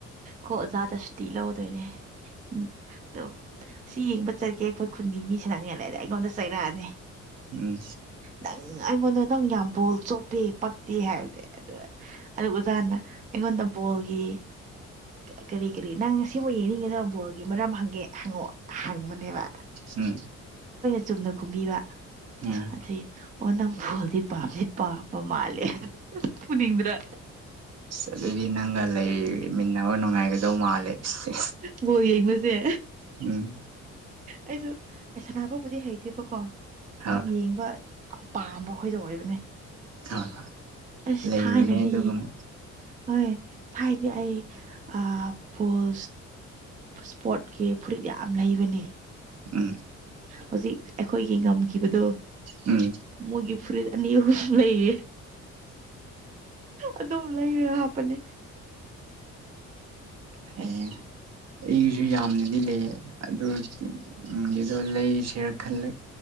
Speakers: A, on the right; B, on the right.
A: ꯀꯣ ꯑꯣꯖꯥꯗ ꯁꯨꯇꯤ ꯂꯧꯗꯣꯏꯅꯦ ꯎꯝ ꯑꯗꯣ ꯁꯤ ꯌꯦꯡꯕ ꯆꯠꯒꯦ ꯑꯩꯈꯣꯏ ꯈꯨꯟꯒꯤ ꯃꯤꯁꯤꯅꯥꯅꯦ ꯂꯩꯗ ꯑꯩꯉꯣꯟꯗ ꯆꯩꯔꯛꯑꯅꯤ
B: ꯎꯝ
A: ꯅꯪ ꯑꯩꯉꯣꯟꯗꯣ ꯅꯪ ꯌꯥꯝꯕꯣꯜ ꯆꯣꯞꯄꯦ ꯄꯛꯇꯦ ꯍꯥꯏꯕꯅꯦ ꯑ ꯑꯗꯨ ꯑꯣꯖꯥꯅ ꯑꯩꯉꯣꯟꯗ ꯕꯣꯜꯒꯤ ꯀꯔꯤ ꯀꯔꯤ ꯅꯪ ꯁꯤꯕꯨ ꯌꯦꯡꯅꯤꯡꯕ ꯕꯣꯜꯒꯤ ꯃꯔꯝ ꯍꯪꯒꯦ ꯍꯪꯑꯣ ꯍꯥꯡꯕꯅꯦꯕ
B: ꯎꯝ
A: ꯆꯨꯝꯅ ꯀꯨꯝꯕꯤꯕ
B: ꯎꯝ
A: ꯑꯁꯤ ꯑꯣ ꯅꯪ ꯕꯣꯜꯗꯤ ꯄꯥꯝꯗꯤ ꯄꯥꯝꯕ ꯃꯥꯜꯂꯦ ꯐꯨꯅꯤꯡꯗ꯭ꯔꯥ
B: ꯑꯁ ꯑꯗꯨꯗꯤ ꯅꯪꯒ ꯂꯩꯃꯤꯟꯅꯕ ꯅꯨꯡꯉꯥꯏꯒꯗꯧ ꯃꯥꯜꯂꯦ ꯑꯁ
A: ꯕꯣꯜ ꯌꯦꯡꯕꯁꯦ
B: ꯎꯝ
A: ꯑꯩꯁꯨ ꯑꯩ ꯁꯥꯟꯅꯥꯅꯕꯕꯨꯗꯤ ꯍꯩꯇꯦꯕꯀꯣ
B: ꯍꯣꯏ
A: ꯑꯗꯨꯝ
B: ꯍꯣꯏ
A: ꯌꯦꯡꯕ ꯌꯥꯝ ꯄꯥꯝꯕ ꯈꯣꯏꯗ ꯑꯣꯏꯕꯅꯦ
B: ꯍꯣꯏ
A: ꯑꯁ
B: ꯂꯩꯕꯅꯦ
A: ꯊꯥꯏꯅꯗꯤ
B: ꯑꯗꯨꯒꯨꯝꯕ
A: ꯍꯣꯏ ꯊꯥꯏꯗꯤ ꯑꯩ ꯑ ꯄꯣꯜ ꯁ꯭ꯄꯣꯔꯠꯀꯤ ꯐꯨꯔꯤꯠ ꯌꯥꯝ ꯂꯩꯕꯅꯦ
B: ꯎꯝ
A: ꯍꯧꯖꯤꯛ ꯑꯩꯈꯣꯏꯒꯤ ꯉꯝꯈꯤꯕꯗꯣ
B: ꯎꯝ
A: ꯃꯣꯏꯒꯤ ꯐꯨꯔꯤꯠ ꯑꯅꯤ ꯑꯍꯨꯝ ꯂꯩꯌꯦ ꯑꯗꯨꯝ ꯂꯩꯔꯒ ꯍꯥꯞꯄꯅꯦ
B: ꯍꯝ ꯍꯦ ꯑꯩꯒꯤꯁꯨ ꯌꯥꯝꯅꯗꯤ ꯂꯩ ꯑꯗꯨꯒꯤꯗꯣ ꯂꯩꯁꯤꯔ ꯈꯜꯂꯦ